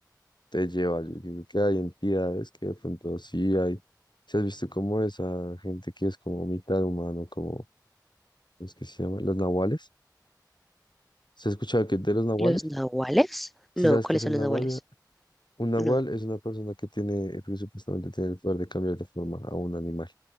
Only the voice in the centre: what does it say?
¿Los nahuales?
No,
¿cuáles
son los
nahuales?
No,